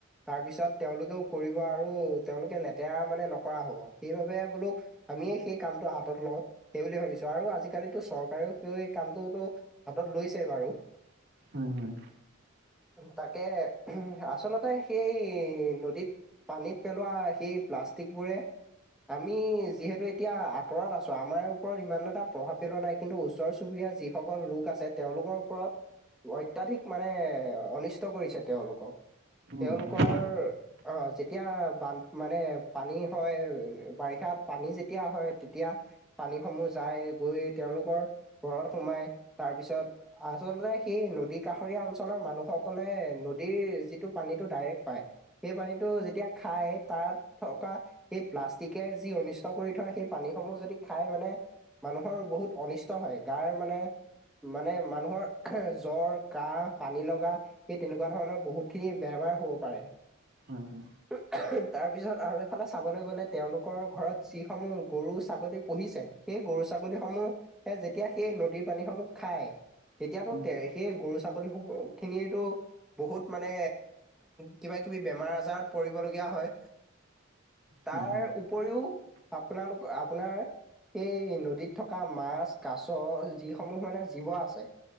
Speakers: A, in the centre; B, on the right (about 55°).
A: তাৰপিছত তেওঁলোকেও কৰিব আৰু তেওঁলোকে লেতেৰা মানে নকৰা হ'ব, সেইবাবে বোলো আমিয়েই সেই কামটো হাতত লওঁ, সেই বুলি ভাবিছোঁ আৰু আজিকালিতো চৰকাৰেও সেই কামটোতো হাতত লৈছেই বাৰু।
B: হয় হয়।
A: তাকেহে, আচলতে সেই নদীত পানীত পেলোৱা সেই প্লাষ্টিকবোৰে আমি যিহেতু এতিয়া আঁতৰত আছোঁ, আমাৰ ওপৰত ইমান এটা প্ৰভাৱ পেলোৱা নাই। কিন্তু ওচৰ চুবুৰীয়াৰ যিসকল লোক আছে, তেওঁলোকৰ ওপৰত অত্যাধিক মানে অনিষ্ট কৰিছে তেওঁলোকক।
B: উম
A: তেওঁলোকৰ
B: হয়
A: অ', যেতিয়া বান মানে পানী হয়, বাৰিষাত পানী যেতিয়া হয়, তেতিয়া পানীসমূহ যায়, গৈ তেওঁলোকৰ ঘৰত সোমাই, তাৰপিছত আচলতে, সেই নদী কাষৰীয়া অঞ্চলৰ মানুহসকলে নদীৰ যিটো পানীটো ডাইৰেক্ট পায়। সেই পানীটো যেতিয়া খায়, তাত থকা সেই প্লাষ্টিকে যি অনিষ্ট কৰি থয়, সেই পানীসমূহ যদি খাই মানে মানুহৰ বহুত অনিষ্ট হয়, গাৰ মানে, মানে মানুহৰ জ্বৰ, কাহ, পানী লগা সেই তেনেকুৱা ধৰণৰ বহুত খিনি বেমাৰ হ'ব পাৰে।
B: হয় হয়।
A: <inaudible> তাৰ পিছত আৰু চাবলৈ গ'লে তেওঁলোকৰ ঘৰত যিসমূহ গৰু ছাগলী পুহিছে সেই গৰু ছাগলীসমূহ যেতিয়া সেই নদীৰ পানীসমূহ খায় তেতিয়াতো
B: হয়
A: তে সেই গৰু ছাগলী স খিনিয়েটো বহুত মানে কিবা কিবি বেমাৰ আজাৰত পৰিবলগীয়া হয় তাৰ
B: হয় হয়।
A: উপৰিও আপোনালোক আপোনাৰ সেই নদীত থকা মাছ কাছ যিসমূহ মানে জীৱ আছে